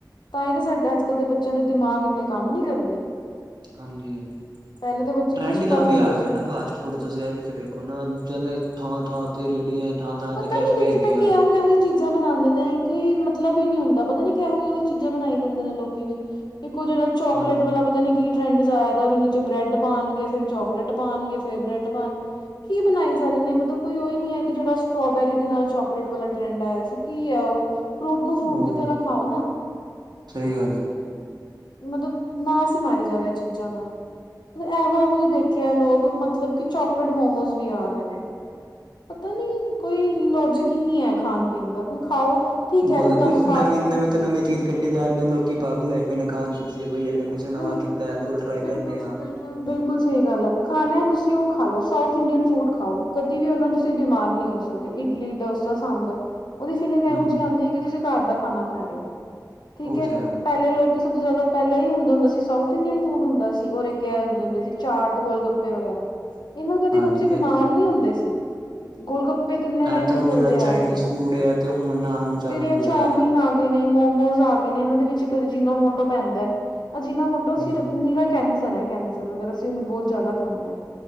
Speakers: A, on the left (about 75°); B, on the right (about 75°).
A: ਤਾਂ ਹੀ ਤਾਂ ਸਾਡੇ ਅੱਜ-ਕੱਲ ਦੇ ਬੱਚਿਆਂ ਦੇ ਦਿਮਾਗ ਇੰਨੇ ਕੰਮ ਨੀਂ ਕਰਦੇ।
B: ਹਾਂਜੀ-ਹਾਂਜੀ,
A: ਪਹਿਲੇ ਦੇ ਬੱਚੇ
B: ਟਰੈਂਡ
A: ਇੰਨੇ ਸਟਰੋਂਗ
B: ਕਾਫੀ
A: ਹੁੰਦੇ
B: ਆਗਿਆ
A: ਸੀ
B: ਨਾ <unintelligible> ਥੋੜਾ ਤੁਸੀਂ ਐ ਵੀ ਤੇ ਵੇਖੋ ਨਾ, ਜਨੇ ਥਾਂ-ਥਾਂ ਤੇ ਰੇਹੜੀਆਂ ਥਾਂ ਥਾਂ
A: ਪਤਾ
B: ਤੇ ਕੈਫੇ
A: ਨੀ ਵਿੱਚ
B: ਹੈਗੇ
A: ਤਾਂ
B: ਆ
A: ਕਿ ਹੋਗਿਆ ਹੋਈ ਚੀਜ਼ਾਂ ਬਣਾਂਦੇ ਨੇ, ਕਿ ਮਤਲਬ ਹੀ ਨੀ ਹੁੰਦਾ ਪਤਾ ਨੀ ਕਿਹੋ-ਕਿਹੋ ਚੀਜ਼ਾਂ ਬਣਾਈ ਜਾਂਦੇ ਨੇ ਲੋਕੀ ਵੀ। ਇੱਕ ਉਹ ਜਿਹੜਾ ਚੋਕਲੇਟ
B: ਹੁਣ
A: ਵਾਲਾ, ਪਤਾ ਨੀ ਕੀ? ਟਰੈਂਡ ਜਾ ਆਇਆ ਦਾ, ਉਹਦੇ ਨੀਚੇ ਬ੍ਰੈਡ ਪਾਣਗੇ, ਫੇਰ ਚੋਕਲੇਟ ਪਾਣਗੇ, ਫੇਰ ਬਰੈਡ ਪਾਣ ਕੀ ਬਣਾਈ ਜਾ ਰਹੇ ਨੇ, ਮਤਲਬ ਕੋਈ ਓਹੀ ਨੀ ਹੈ ਕਿ ਜਿਹੜਾ ਸਟ੍ਰੋਬੇਰੀ ਦੇ ਨਾਲ ਚੋਕਲੇਟ ਵਾਲਾ ਟਰੈਂਡ ਆਇਆ ਸੀ, ਕੀ ਹੈ ਉਹ? ਫਰੂਟ ਨੂੰ
B: ਉਹ
A: ਫਰੂਟ ਦੀ ਤਰ੍ਹਾਂ ਖਾਓ ਨਾ।
B: ਸਹੀ ਗੱਲ ਏ।
A: ਮਤਲਬ, ਨਾਸ ਹੀ ਮਾਰੀ ਜਾ ਰਿਆ ਚੀਜ਼ਾ ਦਾ। ਐਹੋ-ਐਹੋ ਜਿਹੇ ਦੇਖੇ ਆ ਲੋਕ, ਮਤਲਬ ਕਿ ਚੋਕਲੇਟ ਮੋਮੋਜ਼ ਵੀ ਆ ਰਹੇ ਨੇ। ਪਤਾ ਨੀ, ਕੋਈ ਲੌਜਿਕ ਹੀ ਨਹੀ ਐ, ਖਾਣ-ਪੀਣ ਦਾ ਕੋਈ ਖਾਓ। ਠੀਕ ਹੈ
B: ਮਤਲਬ,
A: ਅਗਰ ਤੁਹਾਨੂੰ
B: ਕੁਛ
A: ਫਾਸਟ
B: ਨਵੇ,
A: ਫੂਡ
B: ਨਵੇ ਤੋਂ ਨਵੇਂ ਚੀਜ਼ ਕੱਢੀ ਜਾ ਰਹੇ ਨੇ ਲੋਕੀ ਪਾਗਲ ਹੋਏ ਪਏ ਨੇ ਖਾਣ ਪਿੱਛੇ, ਬਈ ਇਹਨੇ ਕੁਛ ਨਵਾਂ
A: ਬਿਲ
B: ਕੀਤਾ ਇਹਦੇ ਕੋਲ ਟ੍ਰਾਈ
A: ਬਿਲਕੁਲ
B: ਕਰਨੇ ਆ।
A: ਬਿਲਕੁਲ ਬਿਲਕੁਲ ਸਹੀ ਗੱਲ ਆ, ਖਾਣਾ ਐ ਤੁਸੀਂ ਉਹ ਖਾਲੋ ਸਾਊਥ ਇੰਡੀਅਨ ਫੂਡ ਖਾਓ, ਕਦੀ ਵੀ ਉਹ ਨਾਲ ਤੁਸੀਂ ਬਿਮਾਰ ਨ ਹੋ ਸ ਸਕਦੇ ਇਡਲੀ, ਡੋਸਾ, ਸਾਂਬਰ ਉਹਦੀ ਫੀਲਿੰਗ ਇਹੋ
B: ਹੂੰ
A: ਜਿਹੀ ਆਉਂਦੀ ਹੈ ਕਿ ਤੁਸੀਂ ਘਰ ਦਾ ਖਾਣਾ ਖਾ ਰਹੇ ਹੋ, ਠੀਕ
B: ਉਹ
A: ਹੈ।
B: ਤੇ
A: ਪਹਿਲੇ ਲੋਕ ਕੀ ਸਭ ਤੋਂ ਜ਼ਿਆਦਾ ਪਹਿਲਾਂ ਹੀ ਹੁੰਦ ਹੁੰਦਾ ਸੀ ਸਾਊਥ ਇੰਡੀਅਨ ਫੂਡ ਹੁੰਦਾ ਸੀ। ਔਰ ਇੱਕ ਇਹ ਹੁੰਦੇ ਹੁੰਦੇ ਸੀ। ਚਾਟ, ਗੋਲ -ਗੱਪੇ ਵਗੈਰਾ ਇਹ ਨਾਲ ਕਦੀ
B: ਹਾਂਜੀ
A: ਬੱਚੇ ਬਿਮਾਰ ਨਹੀਂ ਹੁੰਦੇ ਸੀ। ਗੋਲ -ਗੱਪੇ ਕਿੰਨੇ
B: ਇਹ
A: ਟਾਈਮ
B: ਤੇ
A: ਤੋਂ
B: ਹੁਣ
A: ਚਲਦੇ
B: ਜਿਹੜਾ ਚਾਈਨੀਜ਼
A: ਆ ਰਹੇ ਨੇ,
B: ਫੂਡ ਹੈ ਤੇ ਹੁਣ ਆਣ ਚਾਲੂ
A: ਜਿਹੜੀ ਆ
B: ਹੈ
A: ਚਾਉਮੀਅਨ ਆ ਗੇ ਨੇ, ਮੋਮੋਸ ਆ ਗਏ ਨੇ ਇਹਨਾਂ ਦੇ ਵਿੱਚ ਇੱਕ ਅਜੀ਼ਨੋ ਮੋਟੋ ਪੈਂਦੈ ਅਜੀ਼ਨਾ ਮੋਟੋ ਸੀਰ
B: ਹੂੰ
A: ਨੀਰਾ ਕੈਂਸਰ ਹੈ, ਕੈਂਸਰ ਅਗਰ ਅਸੀਂ ਇਹਨੂੰ ਬਹੁਤ ਜ਼ਿਆਦਾ ਖਾਂਦੇ ਹਾਂ।